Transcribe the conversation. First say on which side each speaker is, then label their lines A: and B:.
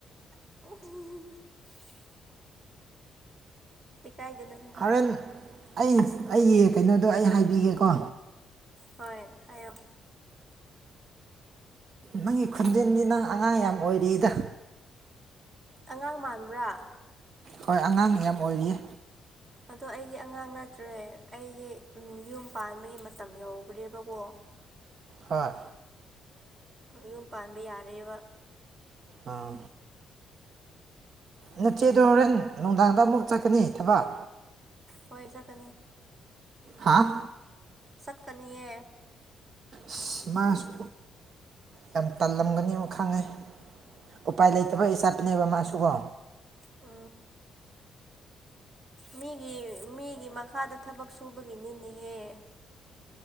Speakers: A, on the right; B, on the right.
A: ꯎ ꯀꯥꯏꯗꯅꯣꯍꯦ
B: ꯍꯣꯔꯦꯟ ꯑꯩ ꯑꯩꯒꯤ ꯀꯩꯅꯣꯗꯣ ꯑꯩ ꯍꯥꯏꯕꯤꯒꯦꯀꯣ
A: ꯍꯣꯏ ꯑꯣ
B: ꯅꯪꯒꯤ ꯈꯣꯟꯖꯟꯗꯤ ꯅꯪ ꯑꯉꯥꯡ ꯌꯥꯝ ꯑꯣꯏꯔꯤꯗ
A: ꯑꯉꯥꯡ ꯃꯥꯟꯕ꯭ꯔꯥ
B: ꯍꯣꯏ ꯑꯉꯥꯡ ꯌꯥꯝ ꯑꯣꯏꯔꯤꯌꯦ
A: ꯑꯗꯣ ꯑꯩꯗꯤ ꯑꯉꯥꯡ ꯅꯠꯇ꯭ꯔꯦ ꯑꯩꯗꯤ ꯌꯨꯝ ꯄꯥꯟꯕꯒꯤ ꯃꯇꯝ ꯌꯈ꯭ꯔꯦꯕꯀꯣ
B: ꯍꯣꯏ
A: ꯌꯨꯝ ꯄꯥꯟꯕ ꯌꯥꯔꯦꯕ
B: ꯑꯥ ꯅꯆꯦꯗꯣ ꯍꯣꯔꯦꯟ ꯅꯨꯡꯗꯥꯡꯗ ꯑꯃꯨꯛ ꯆꯠꯀꯅꯤ ꯊꯕꯛ
A: ꯍꯣꯏ ꯆꯥꯇꯀꯅꯤ
B: ꯍꯥꯞ
A: ꯆꯠꯀꯅꯤꯌꯦ
B: ꯑꯁ ꯃꯥꯁꯨ ꯌꯥꯝ ꯇꯜꯂꯝꯒꯅꯤꯅ ꯈꯪꯉꯦ ꯎꯄꯥꯏ ꯂꯩꯇꯕꯩꯆꯥꯠꯄꯅꯦꯕ ꯃꯥꯁꯨꯀꯣ
A: ꯑ ꯃꯤꯒꯤ ꯃꯤꯒꯤ ꯃꯈꯥꯗ ꯊꯕꯛ ꯁꯨꯕꯒꯤꯅꯤꯅꯤꯍꯦ